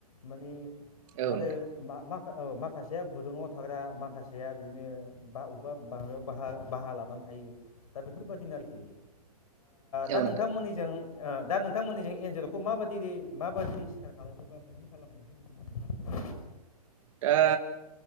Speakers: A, on the left (about 65°); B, on the right (about 55°).
A: माने।
B: औ
A: नाथाय
B: नोंथां
A: मा मा? माखासेया गुदुङाव थाग्रा माखासेया बिदिनो बा बबेबा बाहा बाहा लानानै थायो दा बेफोरबायदिनो आरोखि दा
B: औ
A: नोंथांमोननिजों?
B: नोंथां
A: दा नोंथांमोननि जों एनजल'खौ माबायदि माबायदि सिखार खालामोबा मैहुर खालामनायखौ
B: दा